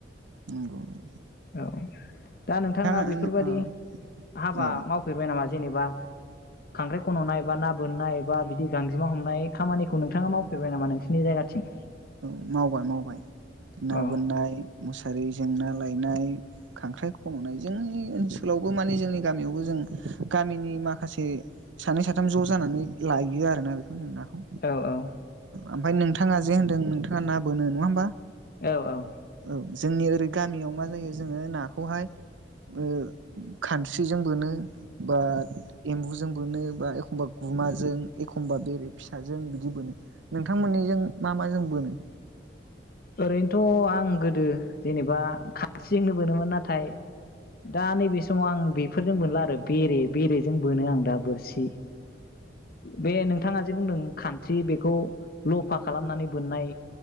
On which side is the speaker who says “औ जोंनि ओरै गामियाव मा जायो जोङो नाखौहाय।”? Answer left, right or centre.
Right